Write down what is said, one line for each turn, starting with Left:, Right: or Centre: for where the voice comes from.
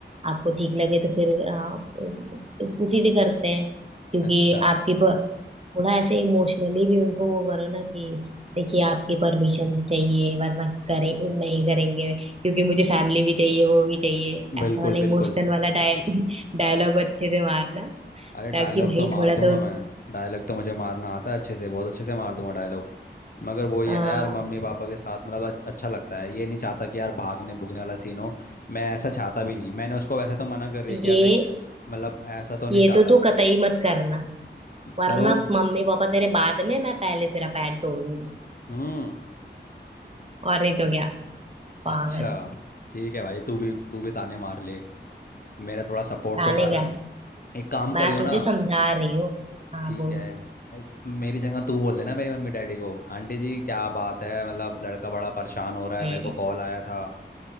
Right: आपको ठीक लगे तो फिर आ, उसी से करते हैं क्योंकि
Left: अच्छा
Right: आपकी प- थोड़ा ऐसे इमोशनली भी उनको वो करो ना कि देखिए आपकी परमिशन चाहिए वरना करें नहीं करेंगे क्योंकि मुझे फैमिली भी चाहिए वो भी चाहिए
Left: बिल्कुल
Right: ऐसा वाला इमोशनल
Left: बिल्कुल
Right: वाला डायल डायलॉग <laughs> अच्छे से मारना
Left: अरे डायलॉग
Right: ताकि भाई
Left: तो मार
Right: थोड़ा
Left: दूंगा
Right: तो
Left: मैं डायलॉग तो मुझे मारना आता है अच्छे से बहुत अच्छे से मार दूंगा डायलॉग मगर वही
Right: आ,
Left: है ना यार मम्मी पापा के साथ मतलब अच्छ- अच्छा लगता है ये नहीं चाहता कि यार भागने भुगने वाला सीन हो मैं ऐसा चाहता भी नहीं मैंने उसको वैसे तो मना कर रही
Right: ये
Left: है कि यार देख मतलब ऐसा तो नहीं
Right: ये
Left: चाहता
Right: तो तू कतई मत करना वरना
Left: करूँ
Right: मम्मी पापा तेरे बाद में मैं पहले तेरा पैर तोड़ूंगी
Left: हम्म
Right: और नहीं तो क्या पागल
Left: अच्छा ठीक है भाई तू भी तू भी ताने मार ले मेरा थोड़ा सपोर्ट
Right: जाने
Left: तो कर
Right: क्या
Left: एक काम
Right: मैं
Left: करियो
Right: तुझे
Left: ना
Right: समझा रही हूँ हाँ
Left: ठीक
Right: बोल
Left: है एक- मेरी जगह तू बोल देना मेरी मम्मी डैडी को आंटी जी क्या बात है मतलब लड़का बड़ा परेशान हो रहा है
Right: हम्म
Left: मेरे को कॉल आया था